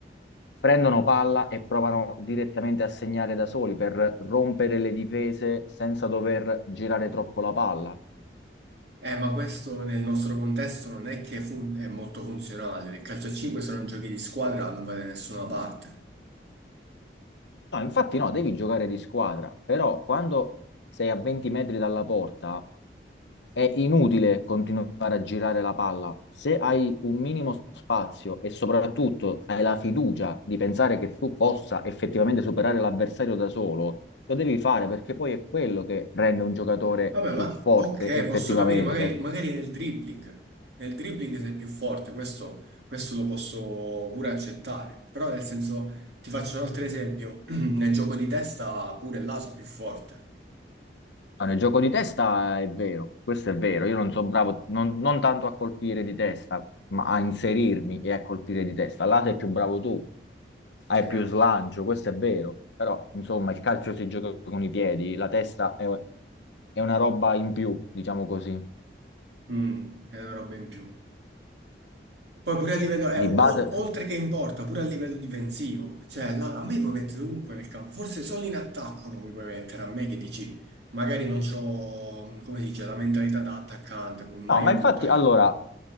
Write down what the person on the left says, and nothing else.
prendono palla e provano direttamente a segnare da soli per rompere le difese senza dover girare troppo la palla.
No, infatti no, devi giocare di squadra, però quando sei a 20 metri dalla porta è inutile continuare a girare la palla. Se hai un minimo spazio e soprattutto hai la fiducia di pensare che tu possa effettivamente superare l'avversario da solo, lo devi fare perché poi è quello che rende un giocatore
più
forte
effettivamente.
Ah, nel gioco di testa è vero, questo è vero. Io non sono bravo non, non tanto a colpire di testa, ma a inserirmi e a colpire di testa. Là sei più bravo tu, hai
più
slancio, questo è vero. Però, insomma, il calcio si gioca con i piedi, la testa è, è una roba in più, diciamo così.
Di
base.
No, ma
infatti,
allora,